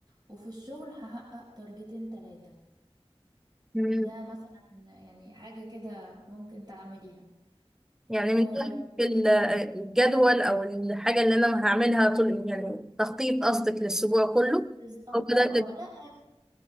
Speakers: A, on the right; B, in the centre.
A: وفي الشغل هحقق تارجتين ثلاثة
B: مم.
A: ده مثلا يعني حاجة كده ممكن تعمليها
B: يعني
A: آه،
B: من ناحية ال- الجدول او الحاجة اللي انا هعملها طول يعني تخطيط قصدك للاسبوع كله
A: بالظبط
B: او كده
A: اه لا